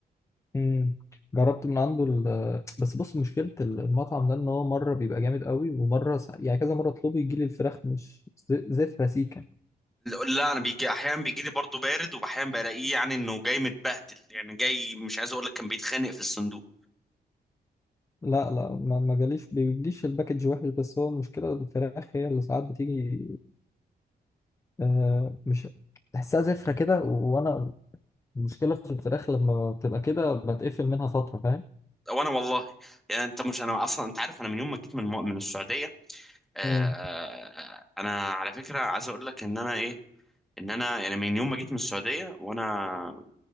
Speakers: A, on the left (about 15°); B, in the centre.
A: امم جربت من عنده ال... آه، بس بص مشكله المطعم ده ان هو مره بيبقى جامد قوي ومره سع- يعني كذا مره اطلبه يجي لي الفراخ مش ز- زفره سيكه
B: لا انا بيجي احيانا بيجي لي برضه بارد واحيانا بلاقيه يعني انه جاي متبهدل يعني جاي مش عايز اقول لك كان بيتخانق في الصندوق
A: لا لا ما ما جاليش بيجيش الباكج وحش بس هو المشكله الفراخ هي اللي ساعات بتيجي آه مش تحسها زفره كده و- وانا المشكله في الفراخ لما بتبقى كده بتقفل منها فتره فاهم
B: وانا والله يعني انت مش انا اصلا انت عارف انا من يوم ما جيت من من السعوديه آه،
A: مم.
B: آه، انا على فكره عايز اقول لك ان انا ايه ان انا يعني من يوم ما جيت من السعوديه وانا